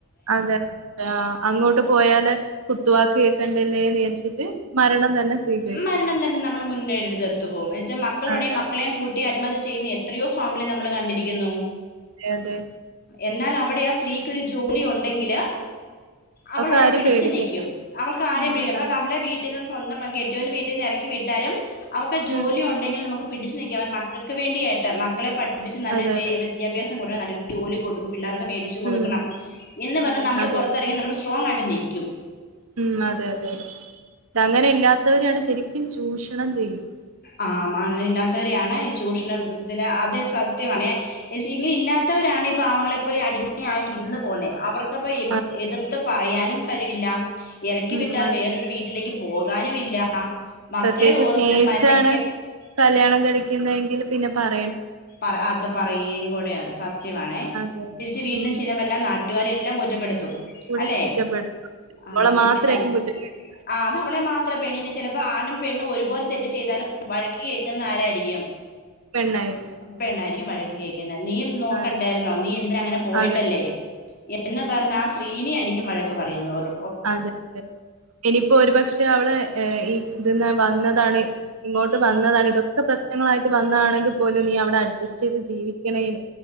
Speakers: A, on the right; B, on the left.
A: അതെ ല്ല അങ്ങോട്ട് പോയാല് കുത്തുവാക് കേ ക്കണ്ടല്ലേ വിചാരിച്ചിട്ട് മരണം തന്നെ സ്വീകരിക്കും
B: മരണം തന്നേ നമ്മൾ മുന്നേ എടു എടുത്തു പോം എ എന്ന വച്ചാൽ മക്കൾണ്ടെങ്കിൽ
A: അതെ
B: മക്കളേം
A: അതെ
B: കൂട്ടി അ <unintelligible> എത്രയോ ഫാമിനെ നമ്മള് കണ്ടിരിക്കുന്നു
A: അതെ
B: എന്നാ നമ്- ഇവിടെ ആ സ്ത്രീക്കൊരു ജോലി ഒണ്ടെങ്കില്- അവളവിടെ
A: ഒക്കെ ആരും
B: പിടിച്ചു
A: പേടിക്കണ്ട
B: നിക്കും അവൾക്ക് ആരേം
A: ഉം
B: വേ
A: അതെ
B: അവളെ വീട് <unintelligible> കെട്ട്യോന് വീട്ടീന്ന് എറക്കി വിട്ടാലും അവക്ക് ജോലിയൊണ്ടെങ്കിൽ
A: ഉം
B: നമുക്ക് പിടിച്ചു നിൽക്കാ അവൻ മക്കൾക്ക് വേണ്ടിയായിട്ട് മക്കളെ പഠ ടിപിച്ച് നല്ലൊരു
A: അതെ
B: വി
A: അതെ
B: വിദ്യാഭ്യാസം കൊടു നല്ല- ജോലി കൊടു പിള്ളേർക്ക് മേടിച്ചു കൊടുക്കണം
A: ഉം
B: എന്ന് പറഞാ
A: ഉം
B: നമ്മൾ
A: അതെ
B: പുറത്തിറങ്ങി
A: അതെ
B: നമ്മൾ സ്ട്രോങ് ആയിട്ട് അത് നിക്കും
A: ഉം അതെ അതെ അതെ അത അങ്ങനെ ഇല്ലാതെ ത്തോരെയാണ് ശരിക്കും ചൂഷണം ചെയ്യു
B: ആ മ അങ്ങനെ ഇല്ലാത്തവരെയാണ് ഈ ചൂഷണത്തിന് അതേ സത്യമാണേ ഇങ്ങനെ ഇല്ലാത്തവരാണ് ഈ പാവങ്ങളെ പോലെ അടിമയായിട്ട് ഇര്ന്ന് പൊന്നേ അവർക്ക് ത് അപ്പൊ
A: അതെ.
B: എതിർത്ത് പറയാൻ നും കഴിവില്ല എറക്കി
A: ഉം
B: വിട്ടാൽ
A: അതെ
B: വേറൊരു വീട്ടിലേക്ക് പോകാനുംവില്ല മക്കളെ
A: പ്രത്യേകിച്ച്
B: ഓർത്ത്
A: സ്നേഹിച്ചാണ്
B: മരണി
A: കല്യാണം കഴിക്കുന്നതെകിൽ പിന്നെ പറ
B: പറ അത് പറയുകയും കൂടെ സത്യവാണെ
A: അതെ അതെ
B: തിരിച്ച് വീട്ടിലും
A: ഉം
B: ചെല്ലാൻ പറ്റില്ല നാട്ടി ട്ടുകാരെല്ലാം കുറ്റപ്പെടുത്തും
A: കൂടി
B: അല്ലെ
A: കുറ്റപ്പെടുത്തും കുട്ടികളെ
B: ആ നീ
A: മാത്രായിരിക്കും
B: തന്നെ
A: കുറ്റപ്പെടുത്തുക
B: ആതവളെ മാത്രം പെണ്ണെ ചിലപ്പോ ആണും പെണ്ണും ഒരുപോലെ തെറ്റ് ചെയ്താലും വഴക്ക് കേൾക്കുന്ന ആരായിരിക്കും
A: പെണ്ണായി
B: പെണ്ണാരി വഴക്ക് കേൾക്കുന്നത് നീ നോക്കണ്ടായിരുന്നോ
A: അതെ
B: നീ എന്തിന അങ്ങനെ പോയിട്ടല്ലേ
A: അതെ
B: എന്ന് പറഞ് ആ സ്ത്രീനെ ആരിക്ക വഴക്ക് പറയുന്നത് ഓരോ
A: അതെതെ ഇനിപ്പോ ഒരുപക്ഷെ പക്ഷെ അവള് ഈ ഇതിന്ന് വന്നതാണ് ഇങ്ങോട്ട് വന്നതാണ് ഇതൊക്കെ പ്രശ്നങ്ങളായിട്ട് വന്നാണെങ്കിൽ പോലും നീ അവിടെ അഡ്ജസ്റ്റ് ചെയ്ത് ജീവിക്കണേന്